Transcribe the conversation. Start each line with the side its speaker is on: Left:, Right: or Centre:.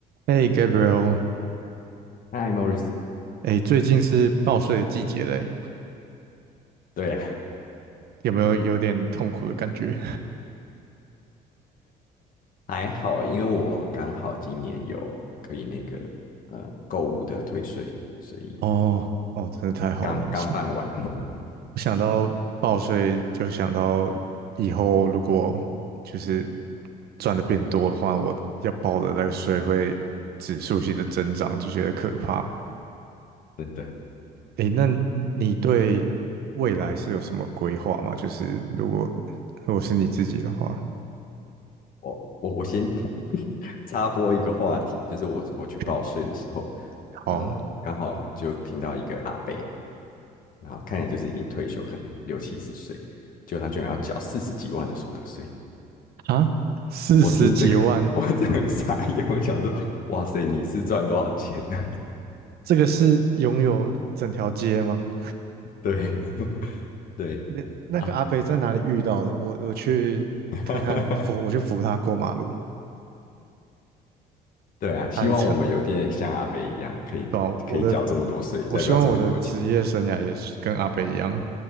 Right: 哎，Gabriel，
Left: 嗨，Morris，
Right: 哎，最近是报税的季节嘞，
Left: 对啊，<laughs>
Right: 有没有有点痛苦的感觉？
Left: 还好欸，因为我刚好今年有可以那个呃购物的退税，所以
Right: <laughs> 哦，哦，真的太好了！
Left: 刚刚办完。
Right: 是
Left: <laughs>
Right: 我想到报税，就想到以后如果就是赚的变多的话，我要报的那个税会指数性的增长，就觉得可怕。
Left: 真的，
Right: 哎，那你你对未来是有什么规划吗？就是如果如果是你自己的话
Left: 我我我先 <laughs> 插播一个话题，就是我我去报税的时候，
Right: ，OK，
Left: 嗯，
Right: 好
Left: 刚好就听到一个阿伯，然后看起来就是已经退休，可能六七十岁，就他居然要缴四十几万的所得税。
Right: 啊，四十几万。
Left: 我听这个，<laughs> 我真个傻眼，我想说，哇塞，你是赚多少钱呢、
Right: 这个是拥有整条街吗？
Left: <laughs> 对 <laughs> 对。
Right: 那那个阿北在哪里遇到的？
Left: 啊，
Right: 我我去看看扶，
Left: <laughs>
Right: 我去扶他过马路，
Left: 对啊，希望我们有一天像阿北一样，
Right: 开车，
Left: 可以可以缴这么多税，
Right: 对吧？我的我希望我的职业生涯也是跟阿北一样，
Left: 代表赚很多钱。